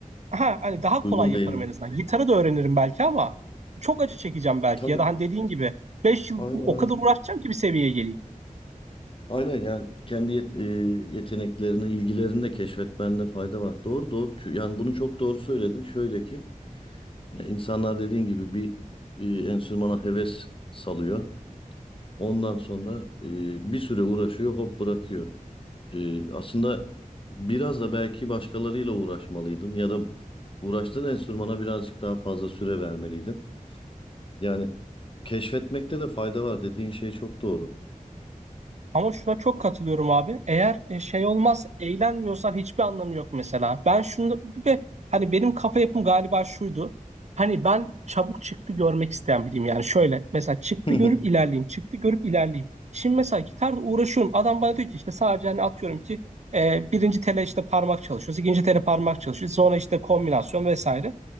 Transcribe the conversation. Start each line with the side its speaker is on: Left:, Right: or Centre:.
Right: ha hani daha
Left: Uygun
Right: kolay yaparım
Left: değil mi?
Right: en azından. Gitarı da öğrenirim belki ama çok acı çekeceğim belki
Left: Tabii.
Right: ya da hani dediğin gibi 5 yıl
Left: Aynen
Right: o
Left: aynen.
Right: kadar uğraşacağım ki bir seviyeye geleyim.
Left: Aynen yani kendi yet- e, yeteneklerini, ilgilerini de keşfetmende fayda var. Doğru doğru. Çü- Yani bunu çok doğru söyledin. Şöyle ki ya insanlar dediğin gibi bir e, enstrümana heves salıyor. Ondan sonra e, bir süre uğraşıyor, hop bırakıyor. E, aslında biraz da belki başkalarıyla uğraşmalıydın ya da uğraştığın enstrümana birazcık daha fazla süre vermeliydin. Yani keşfetmekte de fayda var dediğin şey çok doğru.
Right: Ama şuna çok katılıyorum abi. Eğer e, şey olmaz, eğlenmiyorsan hiçbir anlamı yok mesela. Ben şunu ve hani benim kafa yapım galiba şuydu. Hani ben çabuk çıktı görmek isteyen biriyim yani. Şöyle mesela çıktı
Left: <laughs> Hı
Right: görüp ilerleyeyim, çıktı görüp ilerleyeyim. Şimdi mesela gitarda uğraşıyorum. Adam bana diyor ki işte sadece hani atıyorum ki e, birinci tele işte parmak çalışıyoruz, ikinci tele parmak çalışıyoruz. Sonra işte kombinasyon vesaire.